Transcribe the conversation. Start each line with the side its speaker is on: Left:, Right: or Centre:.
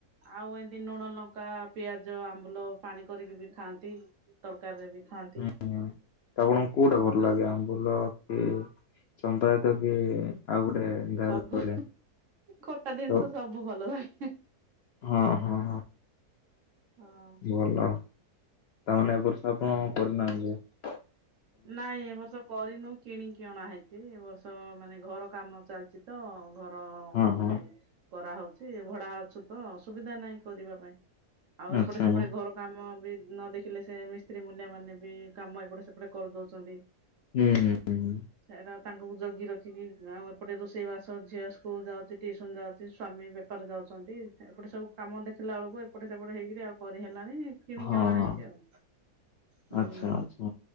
Right: ଆଉ ଏମତି ନୁଣ ଲଙ୍କା ପିଆଜ ଆମ୍ବୁଲ ପାଣି କରିକି ବି ଖାଆନ୍ତି ତରକାରୀରେ ବି। ଖାଆନ୍ତି
Left: ହୁଁ ହୁଁ ଆପଣଙ୍କୁ କୋଉଟା ଭଲ ଲାଗେ
Right: ଆଉ
Left: ଆମ୍ବୁଲ କି ଚମ୍ୱା । କି ଆଉ। ଗୋଟେ ଯାହାର
Right: ସବୁ
Left: କହିଲେ?
Right: ଖଟା ଜିନିଷ
Left: ତ
Right: ସବୁ ଭଲ ଲାଗେ।
Left: ହଁ ହଁ ହଁ।
Right: ହଁ
Left: ଭଲ। ତାମାନେ ଏବ ବର୍ଷ ଆପଣ
Right: ଉହୁଁ।
Left: କରି ନାହାନ୍ତି।
Right: ନାଇଁ ଏ ବର୍ଷ କରିନୁ। କିଣିକି ଅଣା ହେଇଛି ଏ ବର୍ଷ ମାନେ ଘର କାମ ଚାଲିଛି ତ ଘ ର
Left: ହଁ
Right: ମାନେ
Left: ହଁ
Right: କରାହଉଛି ଭଡ଼ା ଅଛୁ ତ ସୁବିଧା ନାହିଁ କରିବା ପାଇଁ। ଆଉ ଏପଟେ
Left: ଆଚ୍ଛା
Right: ସେପଟେ
Left: ହଁ
Right: ଘର କାମ ବି ନ ଦେଖିଲେ ସେ ମିସ୍ତ୍ରୀ ମୂଲିଆ ମାନେ ବି କାମ ଏପଟେ ସେପ ପଟେ କରିଦଉଛନ୍ତି
Left: ହୁଁ ହୁଁ ହୁଁ
Right: ସେଟା ତାଙ୍କୁ ଜଗି ରଖିକି ଆଉ ଏପଟେ ରୋଷେଇ ବାସ ଝିଅ ସ୍କୁଲ ଯାଉଛି ଟିଉସନ ଯାଉଛି ସ୍ଵାମୀ ବେପାର ଯାଉଛନ୍ତି ଏପଟେ ସବୁ। କାମ ଦେଖିଲା ବେଳକୁ ଏପଟେ ସେପଟେ ହେଇକରି ଆଉ କରିହେଲା ନି କିଣିକି
Left: ହଁ
Right: ଅଣା ହେଇଛି ଆଉ ହୁଁ
Left: ଆଚ୍ଛା
Right: ହୁଁ।
Left: ଆଚ୍ଛା।